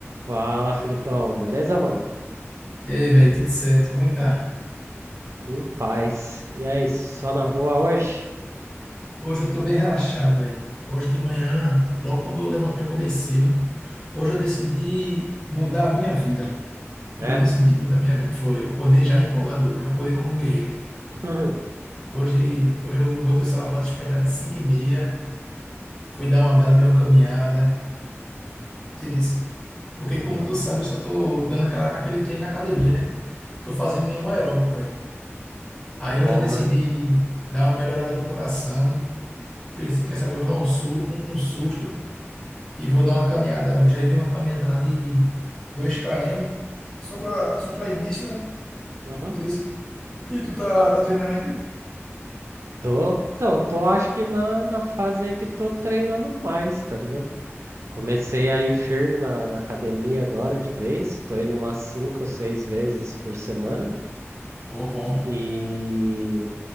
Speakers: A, on the right; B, on the left.
A: Fala, Felipão. Beleza, mano?
B: E aí, velho, tudo certo? Como é que tá?
A: Tudo em paz. E aí, só na boa hoje?
B: Hoje eu tô bem relaxado, velho. Hoje de manhã, logo quando eu levantei, eu acordei cedo. Hoje eu decidi mudar a minha vida.
A: É?
B: Hoje eu decidi mudar a minha vida. Foi, eu acordei já empolgado hoje. Eu acordei como um guerreiro.
A: <clears throat> <laughs>
B: Hoje, hoje eu botei o celular para despertar de cinco e meia. Fui dar uma bela de uma caminhada. Entendeu?
A: Boa.
B: Porque, como tu sabe, eu só tô dando aquela- aquele treino na academia, né? Tô fazendo nenhum aeróbico, velho. Aí
A: Bom,
B: hoje eu decidi
A: né?
B: dar uma melhorada no coração. Falei assim, quer saber, eu vou dar um, su- um- um susto e vou dar uma caminhada hoje. Aí dei uma caminhada lá de 2 km, Só para só para início, né?
A: Uhum.
B: Que E tu tá, tá treinando ainda?
A: Tô. Então, tô acho que na, na fase aí que tô treinando mais, tá ligado? Comecei aí firme na, na academia agora de vez. Tô indo umas cinco, seis vezes por semana.
B: Pô, bom.
A: E,